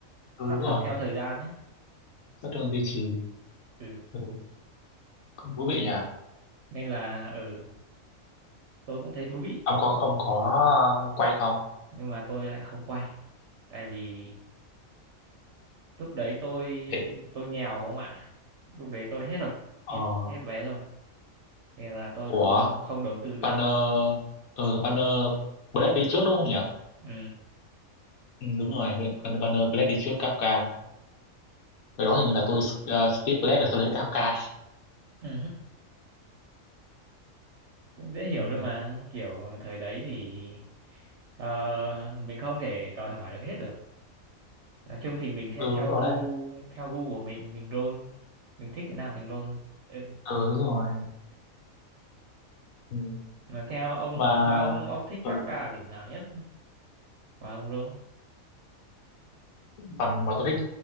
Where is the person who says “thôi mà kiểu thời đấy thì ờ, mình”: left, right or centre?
Right